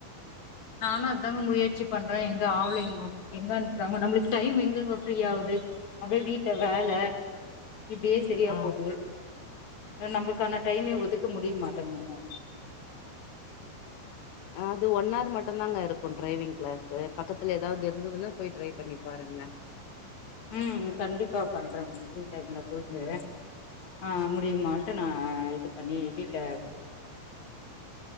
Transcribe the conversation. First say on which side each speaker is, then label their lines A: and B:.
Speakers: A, on the left; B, on the left.
A: நானும் அதாங்க முயற்சி பண்றேன் எங்க ஆவலங்க எங்க அனுப்றாங்க நம்மளுக்கு டைம் எங்கங்க ஃப்ரீ ஆவுது அப்டியே வீட்டுல வேல இப்டியே சரியா
B: ஆ
A: போது நம்மளுக்கான டைமே ஒதுக்க முடிய மாட்டேங்குது நங்க
B: அது ஒன் ஆர் மட்டுதாங்க இருக்கும் டிரைவிங் கிளாஸ் பக்கத்துல ஏதாவது இருந்ததுன்னா போயி ட்ரை பண்ணி பாருங்க
A: ம் கண்டிப்பா பண்றேன் ஃப்ரீ டைம்ல போயிட்டு
B: ம்
A: ஆ தெரியுமான்ட்டு நான இது பண்ணி வீட்ல